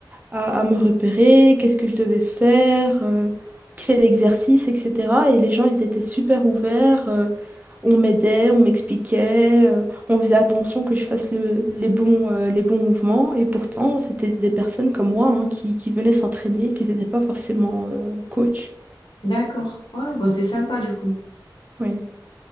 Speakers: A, on the right (about 20°); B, on the left (about 70°).
A: à, à me repérer, qu'est-ce que je devais faire, euh, quel exercice, etc. Et les gens, ils étaient super ouverts. euh, On m'aidait, on m'expliquait, euh, on faisait attention que je fasse le- les bons, euh, les bons mouvements. Et pourtant, c'était des personnes comme moi hein, qui, qui venaient s'entraîner, qui n'étaient pas forcément euh, coach.
B: D'accord, ouais, bah, c'est sympa du coup.
A: Oui.